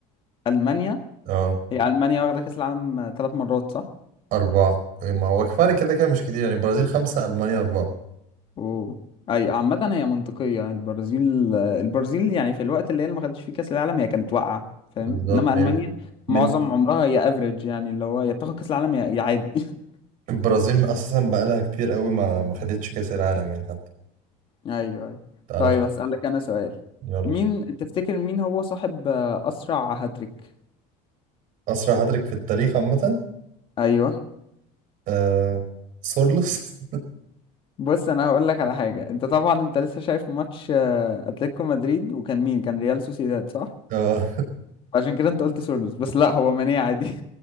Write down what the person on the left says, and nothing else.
المانيا
هي المانيا واخدة كاس العالم ثلاث مرات صح
اوه ايوه عامة هي منطقية البرازيل البرازيل يعني في الوقت اللي هي اللي ما خدتش فيه كأس العالم هي كانت واقعة فاهم
انما ألمانيا
معظم عمرها هي افريج يعني اللي هو يا بتاخد كأس العالم يا يا عادي <laughs>
ايوه ايوه
طيب
اسألك انا سؤال
مين تفتكر مين هو صاحب آه، اسرع هاتريك
ايوه
بص انا هقول لك على حاجة انت طبعا انت لسه شايف ماتش آه، اتلتيكو مدريد وكان مين كان ريال سوسيداد صح
عشان كده انت قلت سورلوس بس لا هو ماني عادي